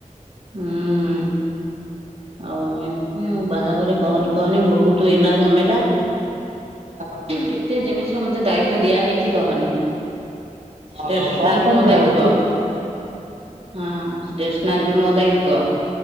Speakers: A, on the right (about 45°); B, on the right (about 65°).
A: ହୁଁ। ଆଉ ଏମିତି ବାହାଘରରେ କହନି କହନି ବହୁତୁ ଏଇନା ଝାମେଲା।
B: ହଁ
A: କେତେ ଜିନିଷ ମତେ ଦାୟିତ୍ଵ ଦିଆହେଇଚି କହନି। ଟେସ୍ନାରି
B: ହଁ କଣ କଣ
A: ମୋ
B: କିଣା
A: ଦାୟିତ୍ୱ
B: ହବ କି?
A: ହଁ ଷ୍ଟେସନାରୀ ବି ମୋ ଦାୟିତ୍ୱ।